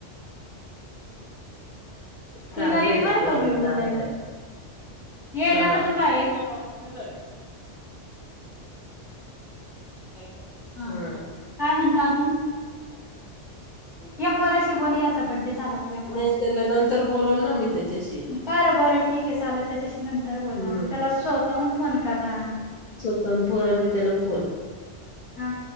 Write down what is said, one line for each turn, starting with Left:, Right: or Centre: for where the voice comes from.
Centre: तुला
Left: चांगलंय
Centre: देईल बर
Left: ते पोरग
Centre: का मी बोलायला
Left: चांगलंय
Centre: यायला
Left: हा
Centre: का तू बाई आहे. <unintelligible>
Left: हम्.
Centre: काय म्हणता अजून या पोराशी बोला याचा बड्डे झाला होता या पोराशी
Left: नाही त्याला
Centre: पण
Left: नंतर बोलल ना मी त्याच्याशी
Centre: बरं बरं ठीक आहे चाला त्याच्याशी नंतर बोला
Left: हम्म
Centre: त्याला स्वतःहून फोन करा.
Left: नंतर करण मी त्याला फोन
Centre: हा